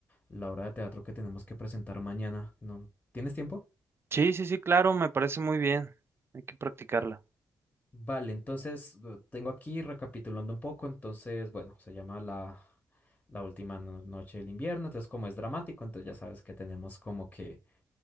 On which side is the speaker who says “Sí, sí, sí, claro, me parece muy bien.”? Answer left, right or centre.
Right